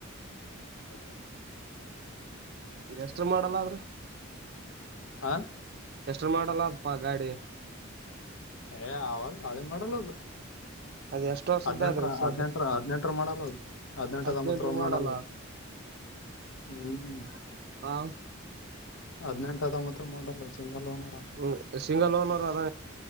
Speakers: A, on the left (about 70°); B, on the right (about 50°).
A: <unintelligible>
B: ಇಷ್ಟರು ಮಾಡಲ್ಲ ಆದ್ರೆ
A: ಹಾ
B: ಎಷ್ಟ ಮಾಡೆಲ್ ಲಪ್ಪ ಗಾಡಿ
A: ಏ ಆವಾಗ ಹಳೆ ಮಾಡಲ್ ಅದು
B: ಅದ್ ಎಷ್ಟ್ ವರ್ಷದ್ದ
A: ಹದಿನೆಂಟರ
B: ಅದ್ರಿ ಸದ
A: ಹದಿನೆಂಟರ ಹದಿನೆಂಟರ ಮಾಡಲ್ ಅದು ಹದ್ನೆಂಟು
B: ಹದ್ನೆಂಟರು
A: ಹಾತೊಂಬತರ
B: ಮಾಡಲ್ಲ
A: ಮಾಡಲ್ ಅದು ಹ್ಮ್
B: ಹ
A: ಹದಿನೆಂಟರ ಹಾತೊಂಬತ್ತು ಮಾಡೆಲ್ ಸಿಂಗಲ್ ಲೋನ್
B: ಹ ಸಿಂಗಲ್ ಓನರ್ ಅದ